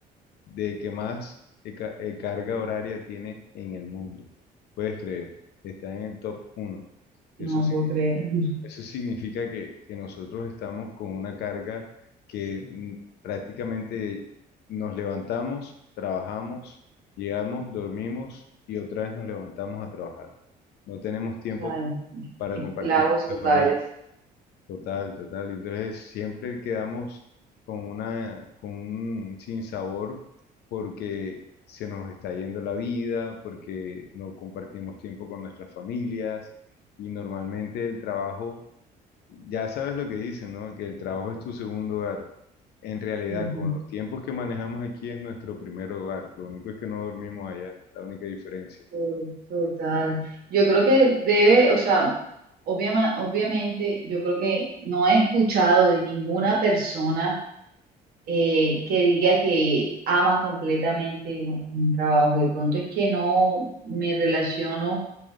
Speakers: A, on the left; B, on the right.
A: de que más eh, ca- eh, carga horaria tiene en el mundo. Puedes creer, está en el top uno. Eso
B: No
A: significa
B: puedo creer. <laughs>
A: eso significa que, que nosotros estamos con una carga que mm, prácticamente nos levantamos, trabajamos, llegamos, dormimos y otra vez nos levantamos a trabajar. No tenemos tiempo
B: O sea,
A: para
B: esclavos
A: compartir con
B: totales.
A: la familia. Total, total. Entonces siempre quedamos con una, con un sinsabor porque se nos está yendo la vida, porque no compartimos tiempo con nuestras familias y normalmente el trabajo ya sabes lo que dicen, ¿no? Que el trabajo es tu segundo hogar. En realidad,
B: Ujú.
A: con los tiempos que manejamos aquí es nuestro primer hogar. Lo único es que no dormimos allá, la única diferencia.
B: To- Total. Yo creo que debe, o sea, obviama- obviamente yo creo que no he escuchado de ninguna persona eh, que diga que ama completamente un, un trabajo. De pronto es que no me relaciono